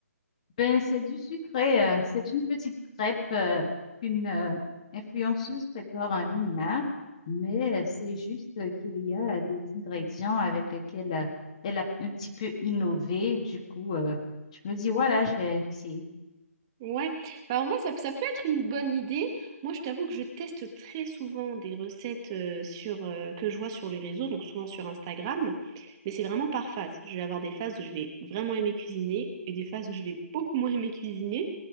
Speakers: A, on the left; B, on the right.
A: Ben, c'est du sucré, euh, c'est une petite crêpe euh, qu'une euh, influenceuse prépare en ligne là, mais euh, c'est juste euh, qu'il y a euh, des ingrédients avec lesquels euh, elle a un petit peu innové. Du coup, euh, je me dis, voilà, je vais essayer.
B: Ouais, bah en vrai ça, ça peut être une bonne idée. Moi je t'avoue que je teste très souvent des recettes euh, sur euh, que je vois sur les réseaux, donc souvent sur Instagram. Mais c'est vraiment par phase. Je vais avoir des phases où je vais vraiment aimer cuisiner et des phases où je vais beaucoup moins aimer cuisiner.